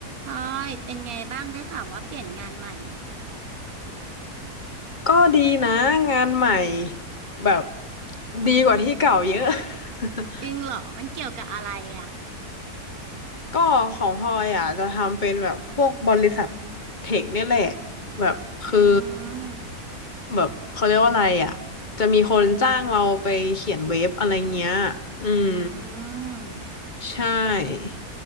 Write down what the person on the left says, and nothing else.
ก็ดีนะงานใหม่แบบดีกว่าที่เก่าเยอะ <laughs>
ก็ของพลอยอ่ะจะทำเป็นแบบพวกบริษัทเทคเนี่ยแหละแบบคือ
แบบเขาเรียกว่าอะไรอ่ะจะมีคนจ้างเราไปเขียนเว็บอะไรเงี้ยอืม
ใช่